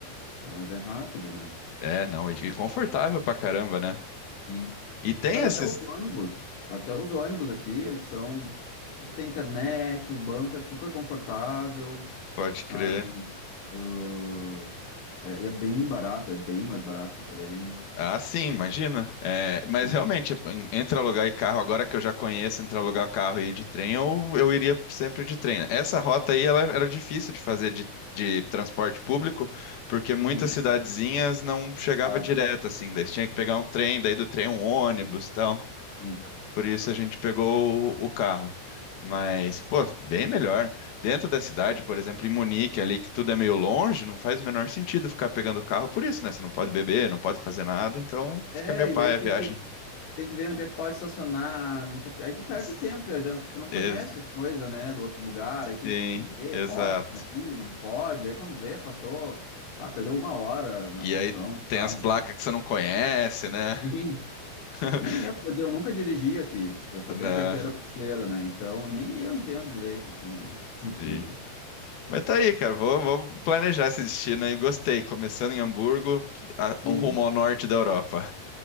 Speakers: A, on the left (about 85°); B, on the left (about 65°).
A: é, mas é rápido, né?
B: É, não, e, e confortável pra caramba, né?
A: Sim.
B: E tem
A: Mas
B: esses.
A: até os ônibus, até os ônibus aqui, eles são, tipo, tem internet, o banco é super confortável.
B: Pode
A: sabe?
B: crer.
A: Ah, é, e é bem barato, é bem mais barato que trem.
B: Ah, sim, imagina. É, mas
A: Sim,
B: realmente, tipo, en- entre alugar e carro, agora que eu já conheço, entre alugar carro e ir de trem, eu, eu iria sempre de trem. né? Essa rota aí, ela era difícil de fazer de, de transporte público, porque
A: Sim,
B: muitas cidadezinhas não chegava
A: claro.
B: direto, assim, daí você tinha que pegar um trem, daí do trem um ônibus e tal.
A: Sim.
B: Por isso a gente pegou o o carro. Mas, pô, bem melhor. Dentro da cidade, por exemplo, em Munique, ali que tudo é meio longe, não faz o menor sentido ficar pegando o carro por isso, né? Você não pode beber, não pode fazer nada, então fica
A: É,
B: meio paia
A: e daí tem
B: a viagem.
A: que, tem que ver onde é que pode estacionar, não sei o quê. Aí tu perde
B: S-
A: tempo viajando, porque tu não conhece
B: Ex-
A: as coisas, né, do outro lugar. Aí tem
B: Sim,
A: que ver,
B: exato.
A: pode estacionar aqui, não pode. Aí quando vê, passou, tá, perdeu uma hora na
B: E
A: função
B: aí
A: do
B: tem
A: carro.
B: as placas que você não conhece, né?
A: Sim.
B: <laughs>
A: Nem eu, porque eu nunca dirigi aqui. Eu só tenho
B: Né?
A: a carteira brasileira, né? Então, nem eu entendo direito, assim, ó, <laughs> aqui,
B: Sim.
A: né?
B: Mas tá aí, cara. Vou, vou planejar esse destino aí. Gostei. Começando em Hamburgo, a-
A: Sim.
B: um rumo ao norte da Europa.